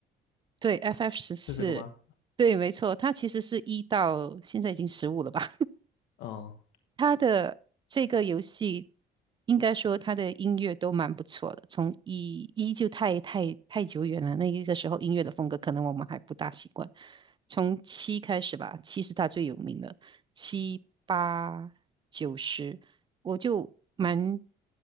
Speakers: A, on the right; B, on the left.
A: 对，FF 十四，
B: 是这个吗？
A: 对，没错，它其实是一到现在已经十五了吧？
B: 哦
A: 他的这个游戏，应该说他的音乐都蛮不错的。从一一就太太太久远了，那一个时候音乐的风格可能我们还不大习惯。从七开始吧，七是他最有名的。七八九十，我就蛮